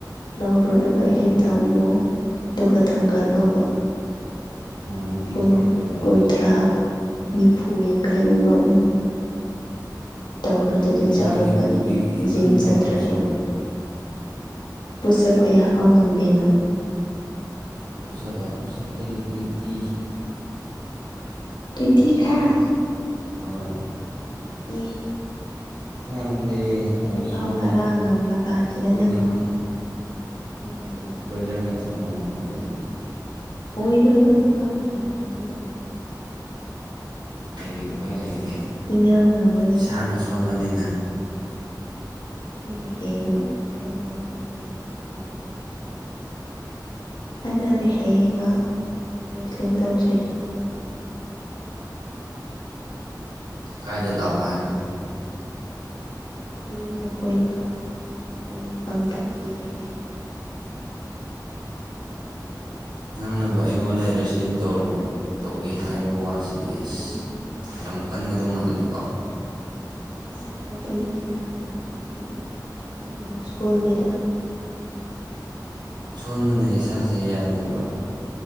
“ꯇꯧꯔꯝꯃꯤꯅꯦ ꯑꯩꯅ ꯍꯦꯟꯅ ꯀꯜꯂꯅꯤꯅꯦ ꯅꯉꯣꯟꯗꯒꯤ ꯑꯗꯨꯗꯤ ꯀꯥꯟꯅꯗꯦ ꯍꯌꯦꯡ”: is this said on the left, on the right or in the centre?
Left